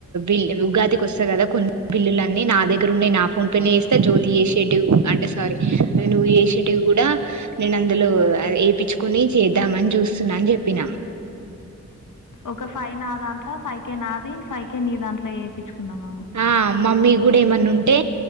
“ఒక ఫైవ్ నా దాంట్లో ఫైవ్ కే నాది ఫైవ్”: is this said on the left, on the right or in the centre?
Left